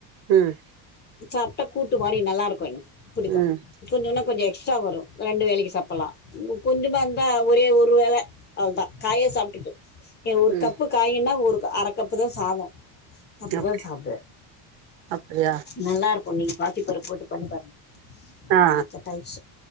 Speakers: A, on the right (about 65°); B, on the left (about 25°).
A: ம்
B: சாப்ட்டா கூட்டு மாடி நல்லா இருக்கு எனக்கு புடிக்கு.
A: ம் ம்
B: கொஞ்சொன்னா கொஞ்சோ எக்ஸ்ட்ரா வரு ரெண்டு வேலைக்கு சாப்பட்லா. கொஞ்சமா இருந்தா ஒரே ஒரு வேல அவ்வுதா காயே சாப்ட்டுட்டு ஏ ஒரு
A: ம்
B: கப்பு காயின்னா ஒரு அர கப்பு தா சாதோ அப்பவே
A: அப்
B: சாப்புடு
A: அப்டியா
B: நல்லா இருக்கு நீங்க பாசிப்பருப்பு போட்டு பண்ணி பாருங்க
A: ஆ
B: ம் ஆயிடுச்சு